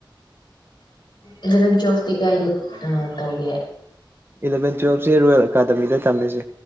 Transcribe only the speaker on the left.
ꯏꯂꯚꯦꯟ ꯇꯨꯋꯦꯜꯐꯇꯤ ꯀꯥꯏꯗ ꯑ ꯇꯧꯒꯦ